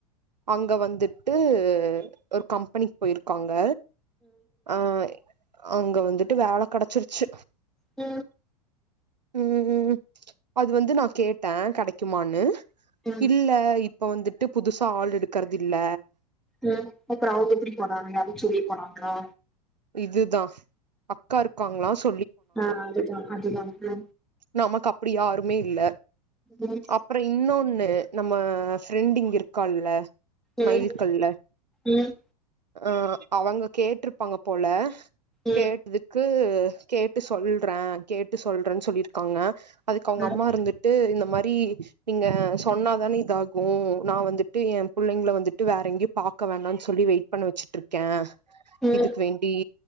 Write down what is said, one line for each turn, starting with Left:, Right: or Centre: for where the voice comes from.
Right: அங்க வந்துட்டு ஒரு கம்பெனிக்கு போயிருக்காங்க ஆ அங்க வந்துட்டு வேல கெடச்சிருச்சு
Centre: உ
Right: உ உ அது வந்து நா கேட்டே கெடைக்குமான்னு
Centre: ம்
Right: இல்ல இ இப்ப வந்துட்டு புதுஸ் க ஆள் எடுக்கறதில்ல
Centre: உ அப்புற அவது எப்டி போனாங்க யா சொல்லி போனாங்களா
Right: இதுதா அக்கா இருக்காங்களாஸ்
Centre: ஆ அதுதா அதுதா உ
Right: நமக்கு அப்படியாருமே இல்ல
Centre: ம்
Right: அப்பறோ இன்னொன்னு நம்ம ஃப்ரெண்ட் இங்க இருக்கால்ல
Centre: ம்
Right: மைல்கள்ல
Centre: ம்
Right: அ அவங்க கேட்ருப்பாங்க போல
Centre: ம்
Right: கேட்துக்கு கேட்டு சொல்றே கேட்டு சொல்றேன் சொல்லி க்கோங்க அதுக்கு
Centre: ம்
Right: அவங்க அம்மா இருந்துட்டு இந்த மாரி டி நீங்க சொன்னாதானே இதாகு நா வந்துட்டு எ புள்ளைங்கள வந்துட்டு வேற எங்கியு பாக்க வேணானு சொல்லி வெயிட் பண்ண வச்சிட்டு இருக்கே
Centre: ம்
Right: இதுக்கு வேண்டி